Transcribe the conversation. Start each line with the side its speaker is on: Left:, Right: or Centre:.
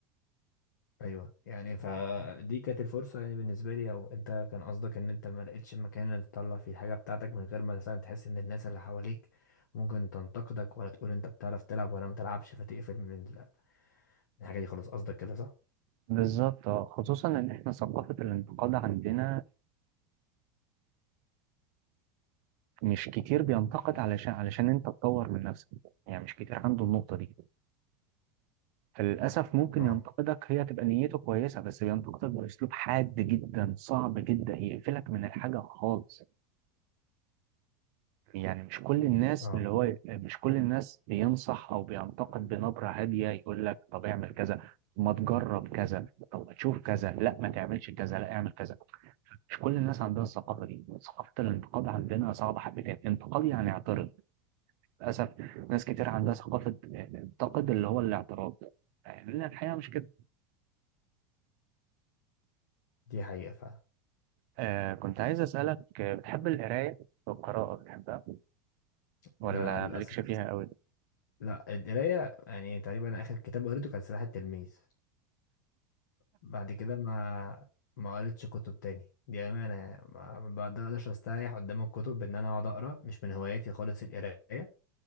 Left: ايوه يعني فدي كانت الفرصه يعني بالنسبه لي او انت كان قصدك ان انت ما لقيتش مكان إنك تطلع فيه الحاجه بتاعتك من غير ما مثلا تحس ان الناس اللي حواليك ممكن تنتقدك ولا تقول انت بتعرف تلعب ولا ما تلعبش فتقفل من ال- الحاجه دي خلاص قصدك كده صح
Right: بالظبط اه خصوصا إن إحنا ثقافة الانتقاد عندنا مش كتير بينتقد علشان علشان أنت تطور من نفسك يعني مش كتير عنده النقطة دي فللأسف ممكن
Left: اه
Right: ينتقدك هي تبقى نيته كويسة بس بينتقدك بأسلوب حاد جدا صعب جدا يقفلك من الحاجة خالص يعني مش كل الناس
Left: اه
Right: اللي هو مش كل الناس بينصح أو بينتقد بنبرة هادية يقول لك طب اعمل كذا ما تجرب كذا طب ما تشوف كذا لا ما تعملش كذا لا اعمل كذا مش كل الناس عندها الثقافة دي ثقافة الانتقاد عندنا صعبة حبتين انتقاد يعني اعترض للأسف ناس كتير عندها ثقافة انتقد اللي هو الاعتراض يعني الحقيقة مش كده
Left: دي حقيقه فعلا
Right: آه كنت عايز أسألك آه، بتحب القراية والقراءة بتحبها ولا
Left: لا للاسف
Right: مالكش فيها قوي؟
Left: لا القرايه يعني تقريبا اخر كتاب قريته كان سلاح التلميذ بعد كده ما ما قريتش كتب تاني دي امانه يعني ما ما بقدرش استريح قدام الكتب بان انا اقعد اقرا مش من هواياتي خالص القرايه